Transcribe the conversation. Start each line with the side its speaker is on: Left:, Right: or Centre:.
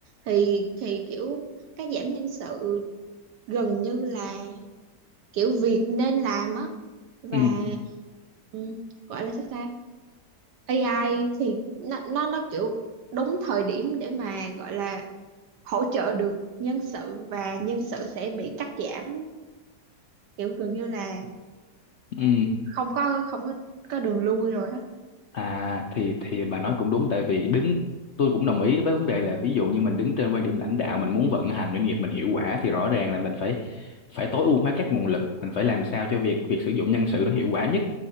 Right: thì thì kiểu cắt giảm nhân sự gần như là kiểu việc nên làm á và
Left: ừ,
Right: ừ, gọi là sao ta AI thì nó nó nó kiểu đúng thời điểm để mà gọi là hỗ trợ được nhân sự và nhân sự sẽ bị cắt giảm kiểu gần như là
Left: ừ.
Right: không có không có có đường lui rồi á
Left: À thì thì bà nói cũng đúng tại vì đứng tôi cũng đồng ý với vấn đề là ví dụ như mình đứng trên quan điểm lãnh đạo mình muốn vận hành doanh nghiệp mình hiệu quả thì rõ ràng là mình phải phải tối ưu hóa các nguồn lực mình phải làm sao cho việc việc sử dụng nhân sự nó hiệu quả nhất